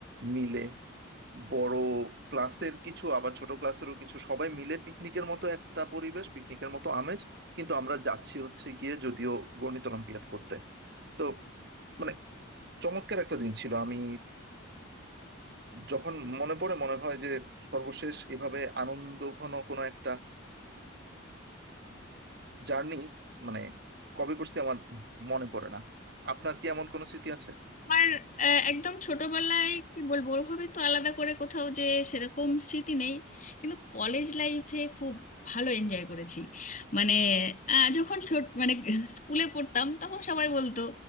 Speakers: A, on the right; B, on the left.
A: মিলে বড় ক্লাসের কিছু আবার ছোট ক্লাসেরও কিছু সবাই মিলে পিকনিকের মতো একটা পরিবেশ পিকনিকের মতো আমেজ কিন্তু আমরা যাচ্ছি হচ্ছে গিয়ে যদিও গণিত অলিম্পিয়াড করতে তো মানে চমৎকার একটা দিন ছিল আমি যখন মনে পড়ে মনে হয় যে সর্বশেষ এভাবে আনন্দঘন কোনো একটা জার্নি মানে কবে করছি আমার মনে পড়ে না আপনার কি এমন কোনো স্মৃতি আছে
B: আমার আহ, একদম ছোটবেলায় কি বলবো ওভাবে তো আলাদা করে কোথাও যে সেরকম স্মৃতি নেই কিন্তু কলেজ লাইফে খুব ভালো এনজয় করেছি মানে আহ,
A: আচ্ছা,
B: যখন ছোট মানে স্কুলে পড়তাম তখন সবাই বলতো